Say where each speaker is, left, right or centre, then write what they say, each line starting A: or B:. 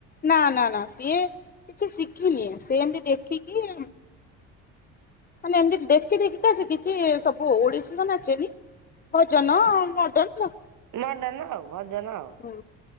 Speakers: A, on the left; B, on the right.
A: ନା ନା ନା ସିଏ କିଛି ଶିଖିନି ସେ ଏମିତି ଦେଖିକି ମାନେ ଏମିତି ଦେଖି ଦେଖିକା ଶିଖିଛି ସବୁ ଆଉ ଓଡିଶି ତ ନାଚେନୀ। ଭଜନ, ମଡର୍ନ ସବୁ।
B: ମର୍ଡନ ଆଉ ଭଜନ ଆଉ।
A: ହଁ।